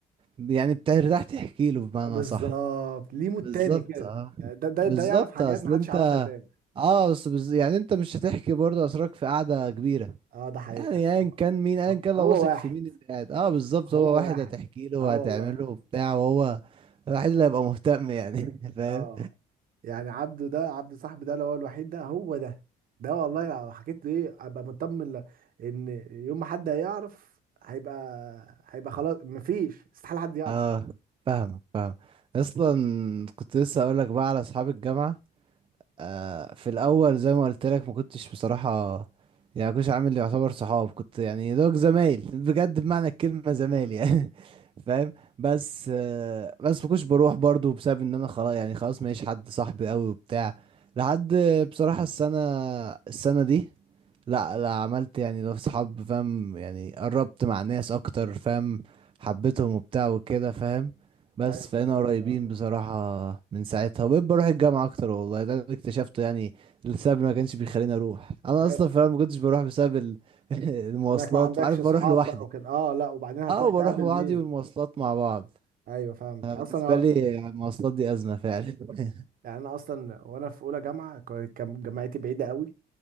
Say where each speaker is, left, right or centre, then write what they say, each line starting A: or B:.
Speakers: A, on the right (about 30°); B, on the right (about 55°).
A: يعني بترتاح تحكي له بمعنى
B: آه، بالظبط
A: صح
B: ليه مود
A: بالظبط
B: تاني كده
A: اه
B: يعني ده ده
A: بالظبط
B: ده يعرف حاجات
A: اصل
B: محدش
A: انت
B: يعرفها تاني
A: اه بس بز... يعني انت مش هتحكي برضو اسرارك في قعدة كبيرة
B: اه ده حقيقة
A: يعني ايا
B: ه-
A: كان مين ايا
B: ه-
A: كان لو
B: هو
A: واثق
B: واحد
A: في مين اللي قاعد اه بالظبط
B: هو
A: هو واحد
B: واحد
A: هتحكي له وهتعمله
B: اه والله
A: وبتاع وهو الواحد اللي هيبقى مهتم يعني <laughs> فاهم
B: اه يعني عبده ده عبده صاحبي ده اللي هو الوحيد ده هو ده ده والله لو حكيت له ايه ابقى مطمن ل- ان يوم ما حد هيعرف هيبقى هيبقى خلاص مفيش استحالة حد يعرف
A: اه فاهمك فاهم اصلا كنت لسه اقول لك بقى على اصحاب الجامعه آه، في الاول زي ما قلت لك ما كنتش بصراحه يعني ما كنتش عامل يعتبر صحاب كنت يعني دوك زمايل بجد بمعنى الكلمه زمايل
B: امم
A: يعني <laughs> فاهم بس آه، بس ما كنتش بروح برضو بسبب ان انا خلاص يعني خلاص ماليش حد صاحبي قوي وبتاع لحد بصراحه السنه السنه دي لا لا عملت يعني لو صحاب فاهم يعني قربت مع ناس اكتر فاهم حبيتهم وبتاع وكده فاهم بس
B: ايوه بالظبط
A: فانا قريبين
B: اه
A: بصراحة من ساعتها وبقيت بروح الجامعة اكتر والله ده اللي اكتشفته يعني السبب اللي ما كانش بيخليني اروح انا
B: ايوه
A: اصلا في الأول ما كنتش بروح بسبب ال- <laughs> المواصلات
B: انك ما عندكش
A: عارف
B: اصحاب
A: بروح لوحدي
B: بقى وكده اه لا وبعدين هتروح
A: اه
B: تقابل
A: بروح لوحدي
B: مين
A: والمواصلات مع بعض
B: ايوه فاهمك
A: انا
B: اصلا
A: بالنسبة لي المواصلات دي ازمة فعلا <laughs>
B: يعني انا اصلا وانا في اولى جامعه كان كان جامعتي بعيده قوي